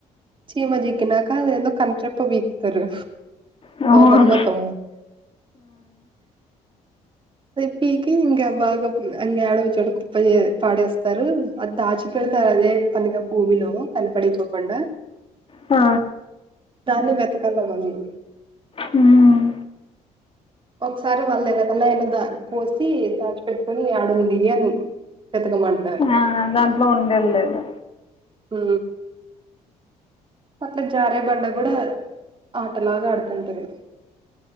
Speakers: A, on the right; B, on the left.
A: చీమ చిక్కినాక అది ఏందో కంటి రెప్ప పికుతారు
B: హ్మ్.
A: ఏమన్నా కా పీకి ఇంకా బాగా కాజపుల్ల ఇంకా ఏడన్న చెడు కుప్ప పాడేస్తారు అది దాచి పే <unintelligible> భూమిలో కనపడిపోకండా
B: ఆ
A: దాన్ని వెతకల్ల మనము
B: హ్మ్.
A: ఒకసారి వాళ్ళు ఎనకాల పోసి దాచిపెట్టుకని ఆడుంది అని వెతకమంటారు
B: ఆ దాంట్లో ఉండేళ్లేదు
A: ఊ అట్లా జారే బండ కూడా ఆటలాగా ఆడుతుంటారు